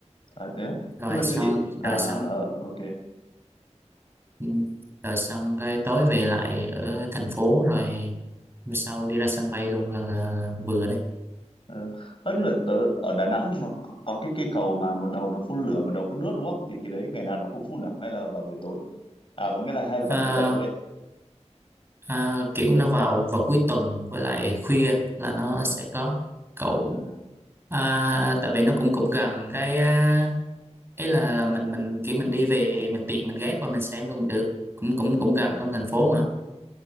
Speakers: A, on the left; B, on the right.
A: à thế á
B: rồi
A: nhưng mà
B: xong
A: thế thì à
B: rồi xong
A: ờ ok
B: ừ, rồi xong cái tối về lại ở thành phố rồi hôm sau đi ra sân bay luôn là, là, là vừa đấy
A: ờ Ơ, nhưng mà tớ ở Đà Nẵng mà có, có cái cây cầu mà một đầu nó phun lửa một đầu phun nước đúng không thì cái đấy ngày nào nó cũng phun à hay là vào buổi tối à vẫn nghĩa là hay là vào
B: à,
A: cuối tuần thôi ấy
B: à, kiểu nó vào vào cuối tuần với lại khuya là nó sẽ có cậu
A: à
B: À, tại vì nó cũng cũng gần cái à, ấy là là mình mình kiểu mình đi về mình tiện mình ghé qua mình xem luôn cũng được cũng cũng
A: ừ,
B: cũng gần
A: ừ.
B: trong thành phố mà